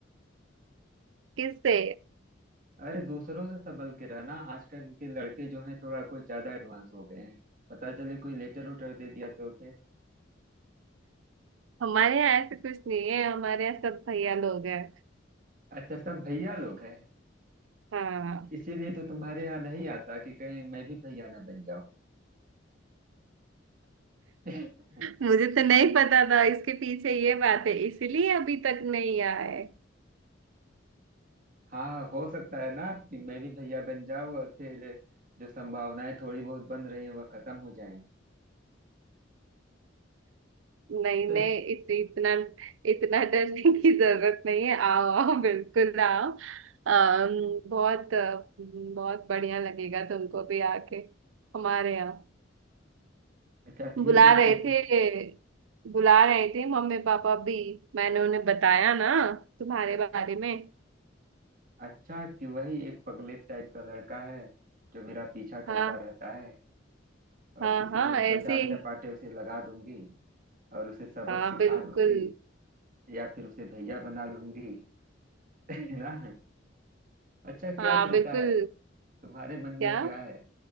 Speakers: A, on the right; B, on the right.
A: किससे
B: अरे दूसरों से संभल के रहना आजकल के लड़के जो हैं थोड़ा कुछ ज्यादा एडवांस हो गए हैं पता चले कोई लेटर उटर दे दिया तो फिर
A: हमारे यहाँ ऐसे कुछ नहीं है हमारे यहाँ सब भैया लोग हैं
B: अच्छा सब भैया लोग हैं
A: हाँ
B: इसीलिए तो तुम्हारे यहाँ नहीं आता कि कहीं मैं भी भैया ना बन जाऊं <laughs>
A: मुझे तो नहीं पता था इसके पीछे ये बात है इसलिए अभी तक नहीं आए
B: हाँ हो सकता है ना कि मैं भी भैया बन जाऊं और फिर जो संभावनाएं थोड़ी बहुत बन रही हैं वह खत्म हो जाएं
A: नहीं
B: <laughs>
A: नहीं इत, इतना इतना डरने <laughs> की जरूरत नहीं है आओ आओ बिल्कुल आओ अम, बहुत अ, बहुत बढ़िया लगेगा तुमको भी आके हमारे यहाँ
B: अच्छा ठीक
A: बुला
B: है
A: रहे
B: तो
A: थे बुला रहे थे मम्मी पापा भी मैंने उन्हें बताया ना तुम्हारे बारे में
B: अच्छा कि वही एक पगलेट टाइप का लड़का है जो मेरा पीछा करता
A: हाँ
B: रहता है और
A: हाँ
B: किसी
A: हाँ
B: दिन
A: ऐसे
B: दो चार
A: ही।
B: चपाटे उसे लगा दूंगी और उसे सबक
A: हाँ
B: सिखा
A: बिल्कुल
B: दूंगी या फिर उसे भैया बना लूंगी <laughs> है ना अच्छा क्या
A: हाँ
B: चलता
A: बिल्कुल
B: है तुम्हारे मन
A: क्या
B: में क्या है